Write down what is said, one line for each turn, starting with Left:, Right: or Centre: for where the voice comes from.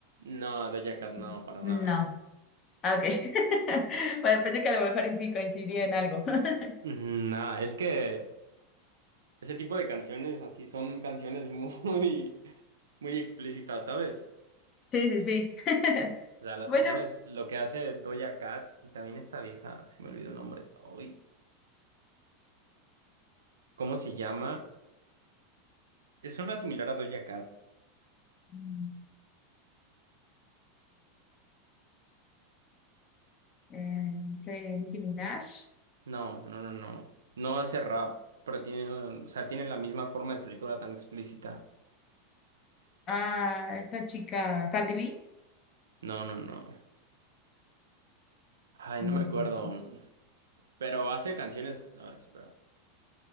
Right: No, Doja Cat no,
Left: Mm.
Right: para
Left: No.
Right: nada.
Left: Ah, ok. <laughs> Bueno, pensé que a lo mejor y sí coincidía en algo. <laughs>
Right: Ujú, No, es que Ese tipo de canciones así son canciones <laughs> muy, muy explícitas, ¿sabes?
Left: Sí, sí, sí. <laughs>
Right: O sea, las
Left: Bueno.
Right: canciones, lo que hace Doja Cat y también esta vieja, se me olvidó el nombre. Uy, ¿cómo se llama? Es una similar a Doja Cat.
Left: Mm, Eh, sí, Nicki Minaj.
Right: No, no, no, no. No hace rap, pero tiene, o sea, tiene la misma forma de escritura tan explícita.
Left: Ah, esta chica, Cardi B.
Right: No, no, no. Ay,
Left: No,
Right: no me
Left: entonces.
Right: acuerdo. Pero hace canciones. A ver, espera.